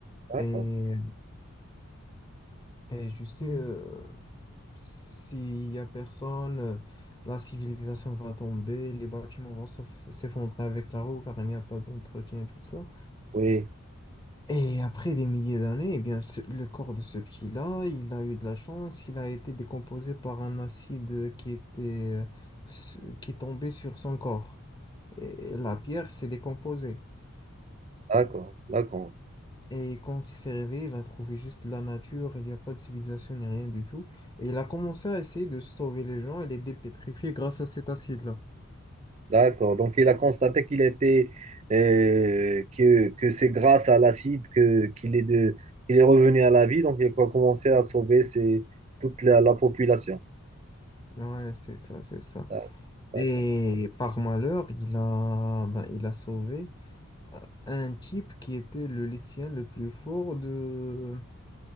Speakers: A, on the right (about 30°); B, on the left (about 20°).
A: d'accord.
B: Et, et tu sais, euh, s'il y a personne, euh, la civilisation va tomber, les bâtiments vont s'eff- s'effondrer avec la roue car il n'y a pas d'entretien et tout ça.
A: Oui,
B: Et après des milliers d'années, eh bien, ce- le corps de ce pied-là, il a eu de la chance, il a été décomposé par un acide qui était, ce- qui tombait sur son corps. Et la pierre s'est décomposée.
A: d'accord, d'accord.
B: Et quand il s'est réveillé, il a trouvé juste la nature, il n'y a pas de civilisation ni rien du tout. Et il a commencé à essayer de sauver les gens et les dépétrifier grâce à cet acide-là.
A: D'accord. Donc, il a constaté qu'il était euh, que, que c'est grâce à l'acide que qu'il est de qu'il est revenu à la vie. Donc, il a commencé à sauver ses- toute la, la population.
B: Ouais, c'est ça, c'est ça.
A: D'accord. D'accord.
B: Et par malheur, il a, ben, il a sauvé. à un type qui était le lycéen le plus fort de,